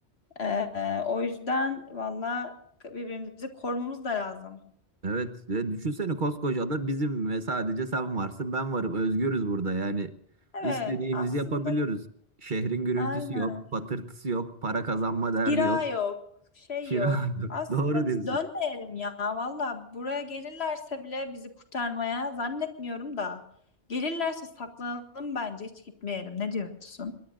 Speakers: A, on the left (about 70°); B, on the right (about 45°).
A: E, o yüzden valla birbirimizi korumamız da lazım.
B: Evet ve düşünsene koskoca ada bizim ve sadece sen varsın ben varım. Özgürüz burada yani
A: Evet,
B: istediğimizi
A: aslında
B: yapabiliyoruz. Şehrin gürültüsü
A: aynen.
B: yok, patırtısı yok, para kazanma derdi
A: Kira
B: yok,
A: yok, şey
B: kira
A: yok.
B: yok.
A: Aslında
B: <laughs> Doğru
A: biz
B: diyorsun.
A: dönmeyelim ya. Valla buraya gelirlerse bile bizi kurtarmaya zannetmiyorum da. Gelirlerse saklanalım bence hiç gitmeyelim. Ne diyorsun?